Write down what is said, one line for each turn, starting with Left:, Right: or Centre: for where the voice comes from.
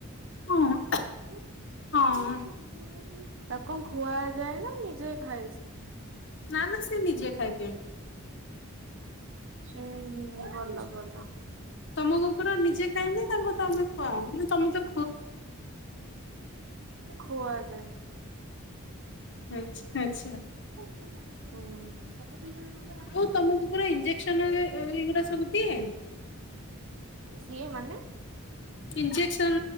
Left: ହଁ।
Right: <unintelligible>
Left: ହଁ
Right: ତାକୁ ଖୁଆଯାଏ ନା ନିଜେ ଖାଏ ସେ?
Left: ନାଁ ନାଁ ସେ ନିଜେ ଖାଇଦିଏ।
Right: ସେ ଭଲ ଭଲ।
Left: ତମ କୁକୁର ନିଜେ ଖାଏ ନାଁ ତାଙ୍କୁ ତମେ ଖୁଆଅ ମାନେ ତମେ ତା
Right: ଖୁଆ ଯାଏ।
Left: ଆଛା ଆଛା।
Right: ହ ସବୁ ଦି ଜଣ ମାନେ
Left: ଆଉ ତମ କୁକୁର ଇଞ୍ଜେକ୍ସନ ହରି ଏଇଗୁରା ସବୁ ଦିଏ।
Right: ସିଏ ମାନେ
Left: ଇଞ୍ଜେକ୍ସନ